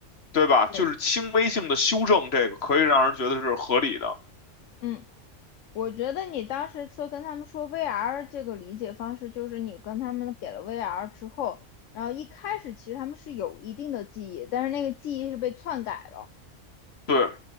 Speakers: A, on the left; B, on the left.
A: 对吧？
B: 对，
A: 就是轻微性的修正，这个可以让人觉得是合理的。
B: 嗯，我觉得你当时说跟他们说 VR 这个理解方式，就是你跟他们给了 VR 之后，然后一开始其实他们是有一定的记忆，但是那个记忆是被篡改了。
A: 对，